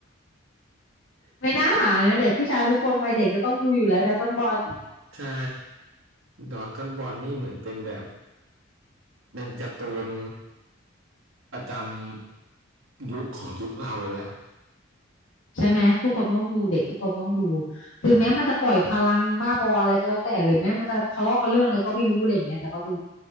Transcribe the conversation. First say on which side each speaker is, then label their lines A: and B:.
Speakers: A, on the left; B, on the right.
A: ไม่น่าถามเลยนะเด็กผู้ชายทุกคนวัยเด็กจะต้องดูอยู่แล้วดราก้อนบอล
B: ใช่ดราก้อนบอลนี่เหมือนเป็นแบบเป็นการ์ตูนประจำยุคของยุคเราเลยอ่ะ
A: ใช่ไหมทุกคนต้องดูเด็กทุกคนต้องดูถึงแม้มันจะปล่อยพลังบ้าบออะไรก็แล้วแต่หรือแม้มันจะทะเลาะกันเรื่องอะไรก็ไม่รู้อะไรอย่างเงี้ยแต่ก็ดู